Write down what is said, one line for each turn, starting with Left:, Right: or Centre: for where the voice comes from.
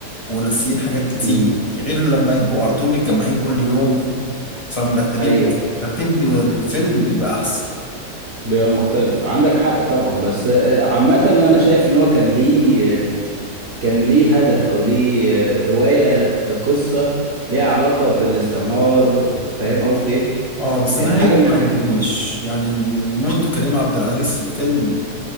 Left: وناسيين حاجات كتير
Right: امم
Left: يعني غير لما يبقوا على طول متجمعين كل يوم فمرتبين
Right: ايوه
Left: ترتيب للفيلم بيبقى أحسن
Right: بيبقى مختلف عندك حق طبعا بس آه، عامة انا شايف ان هو كان ليه آه، كان ليه هدف او ليه آه، رواية بقصة ليها علاقة بالاستعمار فاهم قصدي ايه
Left: اه بس
Right: كانت
Left: نهايته
Right: حاجة من
Left: ما
Right: الح-
Left: عجبتنيش يعني موت كريم عبد العزيز في الفيلم